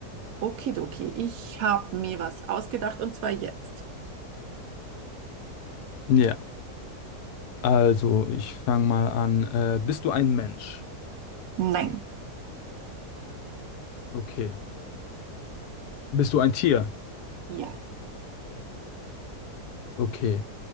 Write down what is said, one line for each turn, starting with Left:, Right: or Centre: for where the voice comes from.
Right: Okidoki, ich habe mir was ausgedacht und zwar jetzt.
Left: Ja, also, ich fange mal an. Äh, bist du ein Mensch?
Right: Nein.
Left: Okay. Bist du ein Tier?
Right: Ja.
Left: Okay.